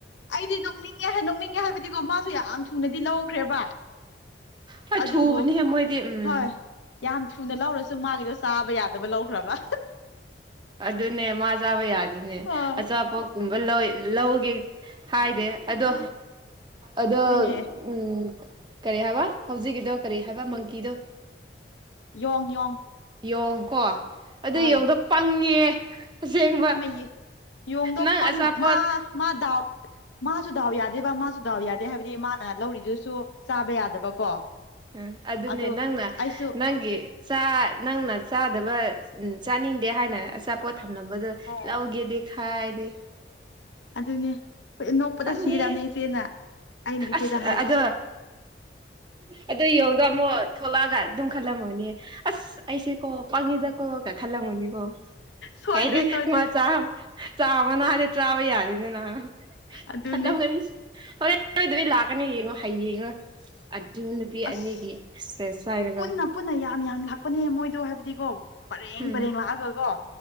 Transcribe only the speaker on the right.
ꯍꯣꯏ
ꯊꯨꯕꯅꯤꯍꯦ ꯃꯣꯏꯗꯤ ꯎꯝ
ꯑꯗꯨꯅꯦ ꯃꯥ ꯆꯥꯕ ꯌꯥꯗꯦꯅꯦ
ꯑꯆꯥꯄꯣꯠ꯫ ꯨꯝꯕ ꯂꯧ ꯂꯧꯒꯦ ꯍꯥꯏꯗꯦ ꯑꯗꯣ ꯑꯗꯣ
ꯎꯝ ꯀꯔꯤ ꯍꯥꯏꯕ ꯍꯧꯖꯤꯛꯀꯤꯗꯣ ꯀꯔꯤ ꯍꯥꯏꯕ ꯃꯪꯀꯤꯗꯣ
ꯌꯦꯣꯡ ꯀꯣ ꯑꯗꯨ
ꯌꯦꯣꯡꯗꯣ ꯄꯪꯉꯦ ꯑꯁꯦꯡꯕ
ꯅꯪ
ꯑꯆꯥꯄꯣꯠ
ꯎ ꯑꯗꯨꯅꯦ
ꯅꯪꯅ
ꯅꯪꯒꯤ ꯅꯪꯅ ꯆꯥꯗꯕ ꯎ ꯆꯥꯅꯤꯡꯗꯦ ꯍꯥꯏꯅ ꯑꯆꯥꯄꯣꯠ ꯊꯝꯂꯝꯕꯗꯨ
ꯂꯧꯥꯎꯒꯦꯗꯦ ꯈꯥꯏꯗ
ꯄꯪꯉꯦ
ꯑꯁ
ꯑꯗ
ꯑꯗꯨ ꯌꯦꯡꯉꯗ ꯑꯃꯨꯛ ꯊꯣꯛꯂꯛꯑꯒ ꯑꯗꯨꯝ ꯈꯜꯂꯝꯃꯣꯅꯦ ꯑꯁ ꯑꯩꯁꯦ ꯀꯣ ꯄꯪꯉꯤꯗꯀꯣꯒ ꯈꯜꯂꯝꯕꯅꯤꯕꯣ
ꯍꯥꯏꯗꯤ
ꯃꯥꯆꯥ ꯆꯥꯃ ꯅꯍꯥꯟꯗꯤ ꯆꯥꯕ ꯌꯥꯗꯦꯅꯤ ꯅꯍꯥꯟ
ꯈꯟꯂꯝꯒꯅꯤ ꯍ ꯅꯣꯏ ꯑꯗꯨꯩ ꯂꯥꯛꯀꯅꯤ ꯌꯦꯡꯉꯣ ꯍꯌꯦꯡꯉꯣ ꯑꯗꯨ ꯅꯨꯄꯤ
ꯑꯅꯤꯒꯤ ꯆꯥꯏꯔꯒ
ꯎꯝ